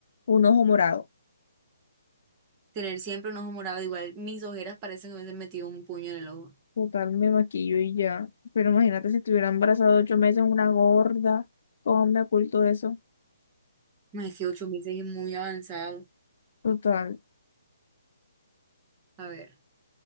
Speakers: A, on the left; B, on the right.
A: Un ojo morado.
B: Tener siempre un ojo morado, igual mis ojeras parecen que me hubiesen metido un puño en el ojo.
A: Total, me maquillo y ya. Pero imagínate si estuviera embarazada de 8 meses, una gorda. ¿Cómo me oculto eso?
B: No, es que ocho meses es muy avanzado.
A: Total.
B: A ver,